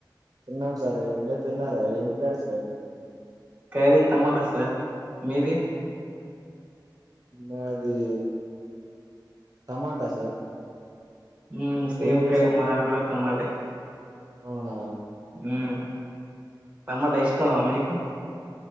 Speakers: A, on the right; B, on the right.
A: తిన్నాం సార్ మీరు తిన్నారా ఏం కురా సార్
B: క్యారీ టమాటా సార్ మీది
A: మాది టమాటా సార్
B: ఉమే సేమ్
A: ఏం చేశారు
B: కే మాది
A: సార్
B: కూడ టమాటే
A: అవునా
B: హమ్ టమాట ఇష్టమా మీకు